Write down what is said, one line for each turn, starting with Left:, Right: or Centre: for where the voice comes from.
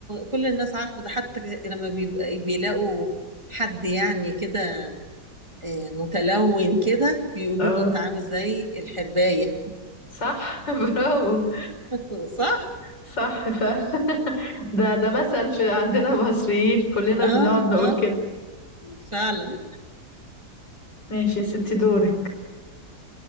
Right: كل الناس عارفه ده حتى لما بيبقى بيلاقوا حد يعني كده آه، متلون كده بيقولوا
Left: اه
Right: له انت عامل زي الحرباية
Left: صح <laughs> برافو
Right: <laughs> صح؟
Left: صح فعلا <laughs> ده ده مثل في عندنا مصريين كلنا
Right: اه
Left: بنقعد نقول
Right: آه.
Left: كده
Right: فعلا
Left: ماشي يا ستي دورك